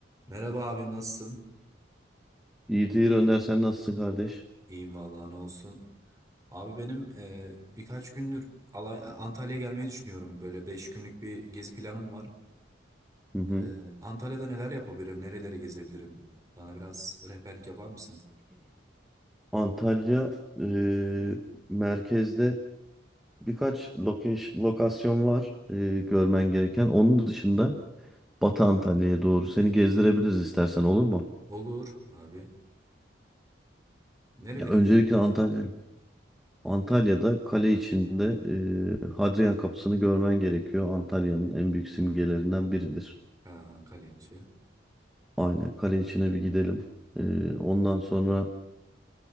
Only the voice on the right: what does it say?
Merhaba abim nasılsın?
İyiyim vallahi ne olsun. Abi benim e, birkaç gündür Alay- Antalya'ya gelmeyi düşünüyorum. Böyle 5 günlük bir gezi planım var.
E, Antalya'da neler yapabilirim, nereleri gezebilirim? Bana biraz rehberlik yapar mısın?
Olur abi. Nereleri
gezebilirsin?
abi?
Ha, Kaleci.